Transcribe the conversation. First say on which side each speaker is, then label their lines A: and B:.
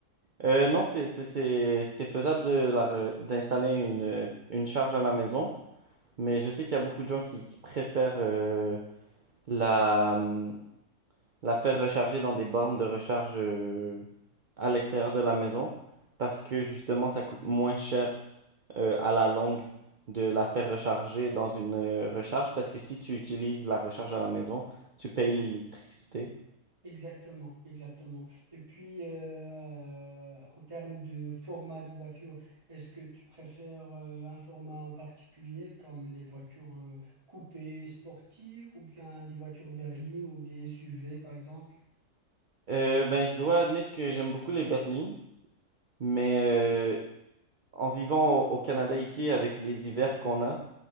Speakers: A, on the right; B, on the right.
A: Euh, non, c'est c'est- c'est- c'est faisable de la re- d'installer une, une charge à la maison, mais je sais qu'il y a beaucoup de gens qui, qui préfèrent euh, la, hum, la faire recharger dans des bornes de recharge euh, à l'extérieur de la maison parce que justement, ça coûte moins cher euh, à la longue de la faire recharger dans une euh, recharge parce que si tu utilises la recharge à la maison, tu payes l'électricité.
B: Exactement, exactement. Et puis, euh, en termes de format de voiture, est-ce que tu préfères euh, un format en particulier comme les voitures euh, coupées sportives ou bien des voitures berlines ou des SUV par exemple?
A: Euh, ben, je dois admettre que j'aime beaucoup les berlines. Mais euh, En vivant au, au Canada ici, avec les hivers qu'on a,